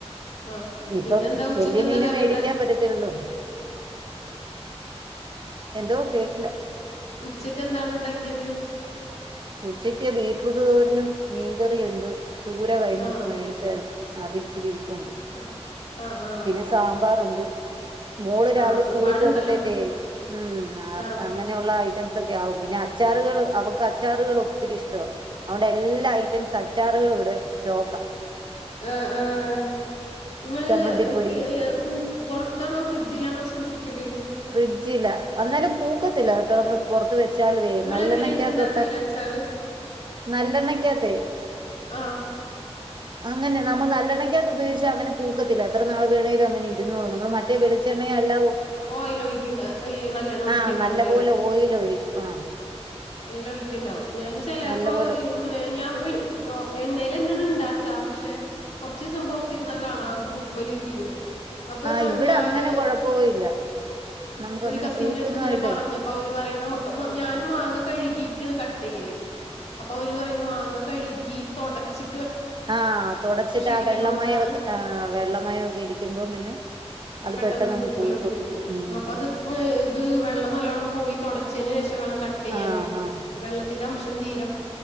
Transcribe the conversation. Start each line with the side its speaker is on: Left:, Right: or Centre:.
Left: ആഹ്
Right: ഇപ്പം
Left: ഇന്നെന്താ ഉച്ചക്ക്
Right: വെല്ല്യമീനും
Left: എന്താ കറി
Right: മേടിക്കാൻ
Left: ഉണ്ടാക്കി
Right: പറ്റത്തില്ലല്ലോ. എന്തോ കേട്ടില്ല
Left: ഉച്ചക്ക്െന്താണ് ഉണ്ടാക്കിയത്
Right: ഉച്ചയ്ക്ക് ബീറ്റ്രൂട്ട് തോരനും മീൻകറിയുണ്ട് ചൂര കഴിഞ്ഞ
Left: ആഹ്
Right: ദിവസം മേടിച്ചായിരുന്നു അതിരിച്ചിരി ഇരിപ്പുണ്ട്
Left: ആഹ് ആഹ് ആഹ്
Right: പിന്നെ സാമ്പാറുണ്ട് മോള് രാവിലെ
Left: ആഹ് ഒരുപാടുണ്ടല്ലോ
Right: സ്കൂളിൽ പോകുമ്പത്തേക്കേ ഉ
Left: ആഹ്
Right: അങ്ങനെയുള്ള ഐറ്റം ക്കെ ആുംന്നെ അച്ചാറുകൾ അവക്ക അച്ചാറുകൾ ഒത്തിരി ഇഷ്ട അതൊണ്ട എല്ലാ ഐറ്റംസ് അച്ചാറുകള ഇവിടെ സ്റ്റോക്കാ
Left: ആ ആങ നിങ്ങള്ക്ക
Right: ചമ്മന്തിപ്പൊടി
Left: പൊറത്താണോ ഫ്രിഡ്ജ ജിലാണോ സൂക്ഷിക്കല്
Right: ഫ്രിഡ്ജില്ല എന്നന്നാലും പൂക്കത്തില്ല കേട്ട് നമ്മൾ പുറത്ത് വ
Left: നിങ്ങള്
Right: നല്ലെണ്ണക്കാത്തോ
Left: എങ്ങനെയാണ് ഉണ്ടാക്കല് അച്ചാറ്
Right: നല്ലെണ്ണക്കാത്തെ
Left: ആഹ്
Right: അങ്ങനെ നമ്മൾ നല്ലെണക്കാകത്ത് ഉപയോഗിച്ചാ അങ്ങനെ പൂക്കത്തില്ല എത്ര നാൾ വേണമെങ്കിലും അങ്ങനെരുന്നള്ളൂ നമ്മ മറ്റേ വെളിച്ചെണ്ണയും അല്ല
Left: ഓയില് ഒഴിക്കിണ്ട നല്ലെണ്ണ ഒഴിക്കെണ്ടാവുല്ലേ
Right: ആഹ് നല്ലപോലെ ഓയിൽ ഒഴിക്കും ആഹ്
Left: ല്ലോ ഴിക്കേണ്ടാവും ഞാനും ചെലപ്പോ
Right: നല്ലപോലെ
Left: ഇങ്ങിനെ ഞാൻ ഒ ഇങ് ഒ എണ്ണൽന്നാണ് ഉണ്ടാക്ക പക്ഷെ കൊറച്ച ദിവസം പൊറത്തിരുന്നാ കാണാം പൂപ്പല് പിടിക്കണ അപ്പൊാ
Right: ആഹ് ഇവിടെ
Left: ഞാന്
Right: അങ്ങനെ കുഴപ്പവുമില്ല നമുക്ക്
Left: ഒരു
Right: അങ്ങനെ
Left: കസിന്റെ
Right: പൂക്കുന്നതായിട്ടേ
Left: അടുത്ത് ഇങ്ങനെ പറഞ്ഞപ്പ അവര് പറയണ് ഞാനും മാങ്ങ കഴുകിയിട്ടാണ് കട്ട് ചെയ്യല് അപ്പൊ അവര് പറയുന്ന മാങ്ങ കഴി ഈ ത്തൊടച്ചി
Right: ആ തുടച്ചിട്ട്
Left: ഇരിക്ക്ണോണ്ടാണ്
Right: ആ വെള്ളമായഴക്കെ ആ വെള്ളമായഴ ഒക്കെ ഇരിക്കുമ്പോം പിന്നെ അത്
Left: പെട്ടെന്ന്
Right: പെട്ടെന്നങ്ങ്
Left: പൂപ്പാല്ലോടിക്കുണ്
Right: പൂക്കും ഉം
Left: അപ്പ അത് ഇത് വെള്ളം നല്ലവണ്ണം പോയി തുടച്ചന് ശേഷാ വണം കട്ട് ചെയ്യാന്
Right: ആഹ് ആഹ്
Left: വെള്ളത്തി സംീര